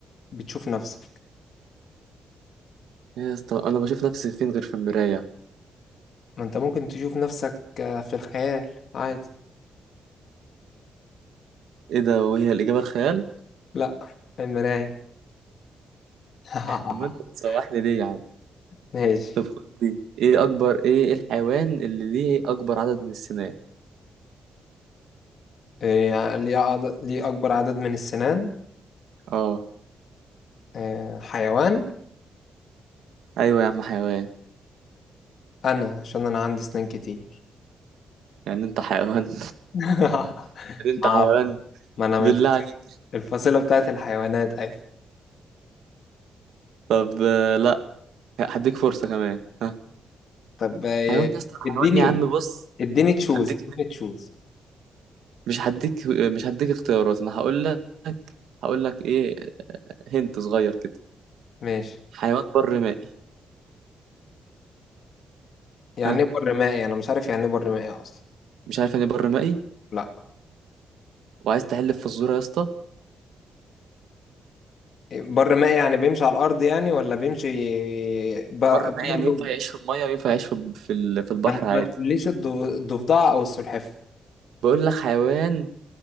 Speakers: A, on the left; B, on the right.
A: بتشوف نفسك
B: يا اسطى انا بشوف نفسي فين غير في المرايه
A: ما انت ممكن تشوف نفسك آه، في الخيال عادي
B: ايه ده وهي الاجابه الخيال
A: لا المراية <laughs>
B: طب ما انت بتسوحني ليه يا عم
A: ماشي
B: طب خد دي ايه اكبر ايه إيه الحيوان اللي ليه اكبر عدد من السنان
A: إيه، ليه عدد ليه أكبر عدد من السنان
B: اه
A: إيه، حيوان
B: ايوه يا عم حيوان
A: أنا عشان أنا عندي سنان كتير
B: يعني انت حيوان
A: <laughs>
B: <laughs> يعني انت
A: ما
B: حيوان
A: ما أنا
B: بالله
A: من الفصيلة
B: عليك
A: الفصيلة بتاعت الحيوانات أيوة
B: طب آه، لا هديك فرصه كمان ها
A: طب إيه،
B: حيوان يا اسطى حيوان
A: اديني
B: يا عم بص
A: اديني تشوز
B: هديك
A: اديني تشوز
B: مش هديك مش هديك اختيارات انا هقول لك هقول لك ايه هنت صغير كده
A: ماشي
B: حيوان بر مائي
A: يعني
B: ها
A: إيه بر مائي أنا مش عارف يعني إيه بر مائي أصلا
B: مش عارف يعني إيه بر مائي
A: لا
B: وعايز تحلف في الزور يا اسطى
A: إيه، بر مائي يعني بيمشي على الأرض يعني ولا بيمشي ب-
B: بر الماء
A: بر
B: يعني ينفع يعيش في الميه وينفع يعيش في في ال- في البحر
A: ما أنت
B: عادي
A: ما تقوليش الض- الضفدع أو السلحفاة
B: بقول لك حيوان